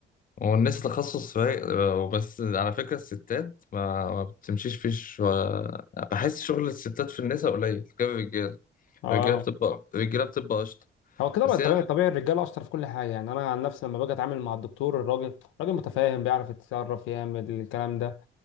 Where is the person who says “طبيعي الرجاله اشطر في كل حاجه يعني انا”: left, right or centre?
Left